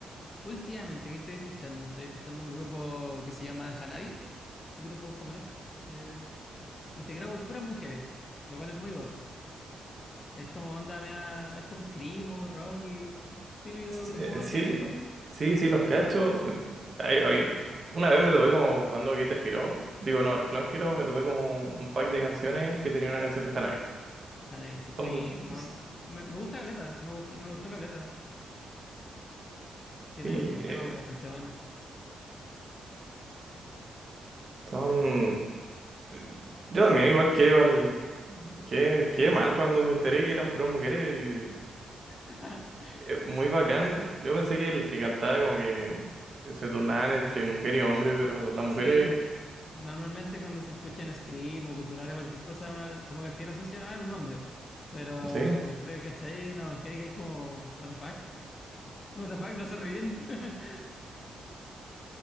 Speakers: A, on the left; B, on the right.
A: Últimamente, ¿qué estoy escuchando? Estoy escuchando un grupo que se llama Hanabi, un grupo japonés, de, integrado por puras mujeres, lo cual es muy guapo. Es como onda, mea- es como Screamo, rock y típico grupo
B: Eh,
A: asiático.
B: Sí, sí, sí, los cacho.
A: ¿sí?
B: Eh, hay- hay- una vez me topé como jugando Guitar Hero. Digo, no, el Clone Hero me topé como un pack de canciones que tenía una canción de Hanabi.
A: Hanabi, sí. Mi,
B: Son muy-
A: mon-
B: s-
A: me, me gusta Caleta, me gustó, me gustó Caleta. Tienen
B: sí, eh,
A: temas bastante buenos.
B: son... eh, Yo también, igual que, mal, que, que mal cuando me enteré que eran puras mujeres. y,
A: <laughs>
B: eh, muy bacán. Yo pensé que el que cantaba como que se turnaban entre mujer y hombre, pero las mujeres...
A: Sí, normalmente cuando se escuchan scream o cultural o cualquier cosa, uno como que el tiro asocia, ah, es un hombre. Pero
B: Sí,
A: después, ¿cachai? Una mujer y que es como, what the fuck. <laughs> What the fuck, lo hace re bien. <laughs>